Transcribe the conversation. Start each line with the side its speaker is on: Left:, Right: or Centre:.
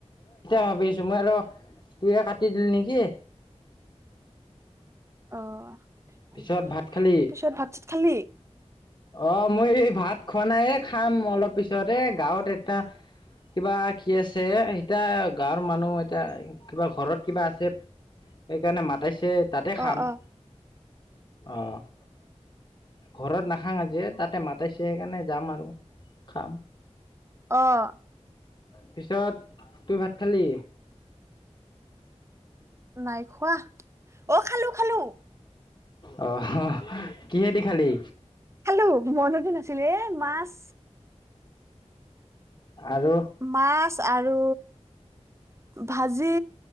Left: ভাবি আছোঁ, মই আৰু তুইয়ে কাটি দিল নেকি?
Right: অ'
Left: পিছত ভাত খালি?
Right: পিছত ভাত-চাত খালি?
Left: অ' মই এই ভাত খোৱা নাই, এ খাম অলপ পিছত এ গাঁৱত এটা কিবা কি আছে এতিয়া গাঁৱৰ মানুহ এতিয়া কিবা ঘৰত কিবা আছে সেইকাৰণে মাতাইছে তাতে খাম।
Right: অ অ
Left: অ' ঘৰত নাখাং আজি, এ তাতে মাতাইছে সেইকাৰণে যাম আৰু খাম।
Right: অ',
Left: পিছত তুই ভাত খালি?
Right: নাই খোৱা। অ খালো খালো
Left: অ' <unintelligible> কিহেদি খালি?
Right: খালোঁ মনতে নাছিলে এ মাছ
Left: আৰু?
Right: মাছ আৰু ভাজি,